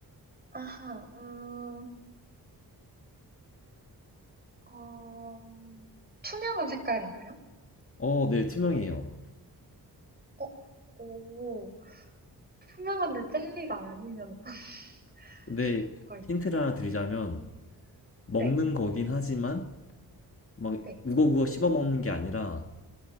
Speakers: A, on the right; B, on the left.
A: 아하, 음, 어, 음, 투명한 색깔인가요?
B: 어, 네, 투명해요.
A: 어, 오, 투명한데 젤리가 아니면 <laughs>
B: 근데
A: 뭐가 있지?
B: 힌트를 하나 드리자면
A: 음,
B: 먹는
A: 네,
B: 거긴 하지만 막
A: 네,
B: 우거우거 씹어 먹는 게 아니라